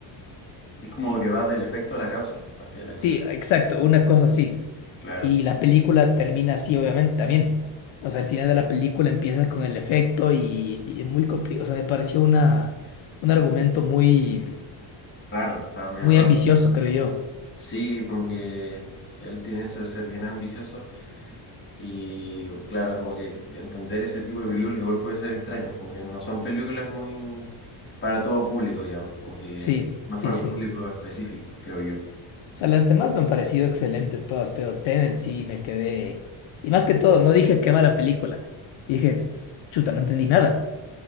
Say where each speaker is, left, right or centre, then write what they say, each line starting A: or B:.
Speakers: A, on the left; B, on the left.
A: Es como que va del efecto a la causa, más que de la causa.
B: Sí, exacto, una cosa así.
A: Claro,
B: Y la película termina así, obviamente, también. O sea, al final de la película empieza con el efecto y, y es muy complicado. O sea, me pareció una, un argumento muy,
A: raro, estaba medio
B: muy
A: raro.
B: ambicioso, creo yo.
A: Sí, como que él tiene eso de ser bien ambicioso y claro, como que entender ese tipo de películas igual puede ser extraño, como que no son películas muy para todo público, digamos, como que
B: Sí,
A: más
B: sí,
A: para
B: sí.
A: un público específico, creo yo.
B: O sea, las demás me han parecido excelentes todas, pero Tenet sí me quedé. Y más que todo, no dije qué mala película. Dije, chuta, no entendí nada.